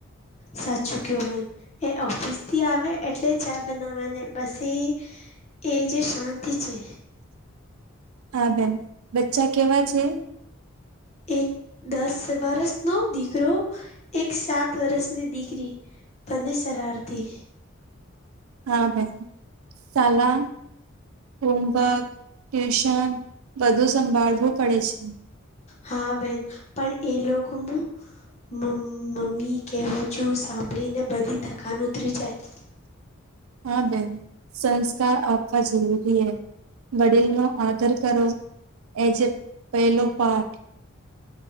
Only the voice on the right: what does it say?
હા બેન બચ્ચા કેવા છે.
હા બેન સાલા હોમવર્ક ટ્યુશન બધું સંભાળવું પડે છે.
હા બેન સંસ્કાર આપવા જરૂરી હે. વડીલ નો આદર કરો એજે પહેલો પાઠ